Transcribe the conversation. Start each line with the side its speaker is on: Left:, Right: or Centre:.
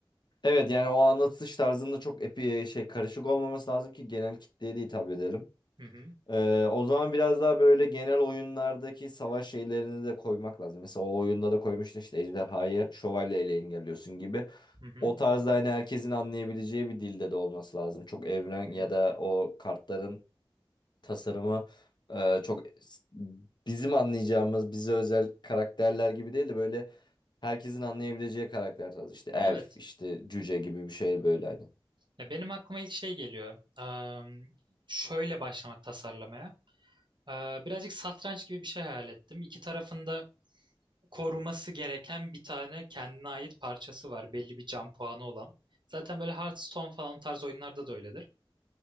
Left: Evet yani o anlatış tarzında çok epi şey karışık olmaması lazım ki genel kitleye de hitap edelim.
Right: Hı hı,
Left: Eee, o zaman biraz daha böyle genel oyunlardaki savaş şeylerini de koymak lazım. Mesela o oyunda da koymuştu işte ejderhayı şövalyeyle engelliyorsun gibi.
Right: hı hı,
Left: O tarzda hani herkesin anlayabileceği bir dilde de olması lazım. Çok evren
Right: hı hı.
Left: ya da o kartların tasarımı e, çok bizim anlayacağımız bize özel karakterler gibi değil de böyle herkesin anlayabileceği karakter tarzı. İşte elf,
Right: Evet.
Left: işte cüce gibi bir şey böyle hani.
Right: Ya benim aklıma ilk şey geliyor. Am, şöyle başlamak tasarlamaya. Ee, Birazcık satranç gibi bir şey hayal ettim. İki tarafında koruması gereken bir tane kendine ait parçası var. Belli bir can puanı olan. Zaten böyle Hearthstone falan o tarz oyunlarda da öyledir.